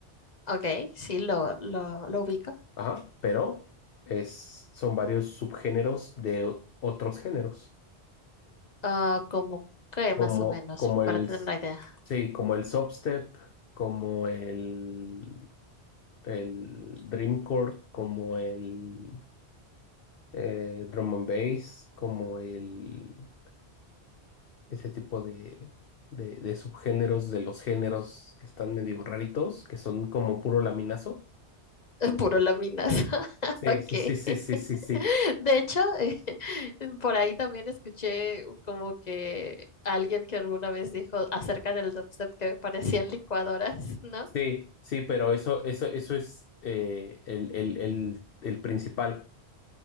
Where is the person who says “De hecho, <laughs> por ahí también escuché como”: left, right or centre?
Left